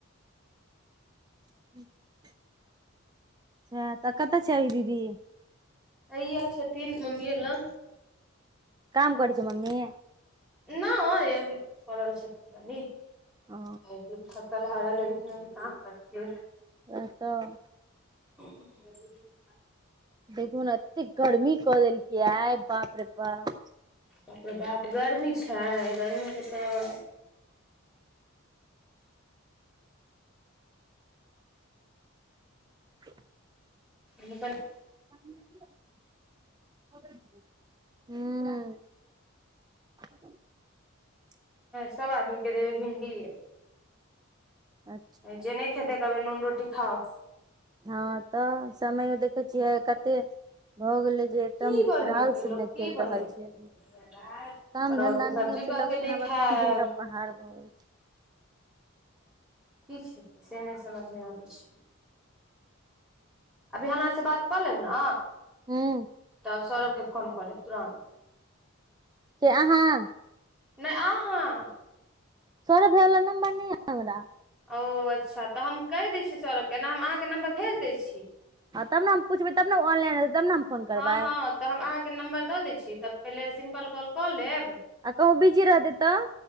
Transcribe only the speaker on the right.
ह <unintelligible> <unintelligible> अ तऽ कतऽ छैल दीदी
काम करै छै मम्मी
ओ
बैहै तऽ
देखू न एते गर्मी कऽ देलकै आइ बाप रे बाप
<inaudible>
<inaudible> हू <inaudible>
अ
हँ तऽ समयो देखैत छियै कते भऽ गेलै जे एकदम
विकराल
समय
चलि
रहल छै काम
धंधा
नहि
से
लगै जेना
आब
कोन दिन के पहाड़ भऽ गेल छै
हूँ
के अहाँ
सोरभ भइया लग नम्बर या हमरा
ह तब ने हम पुछबै तब ने ऑलाइन हतै तब ने हम फोन करबै
आ कहु बिजी रहत तऽ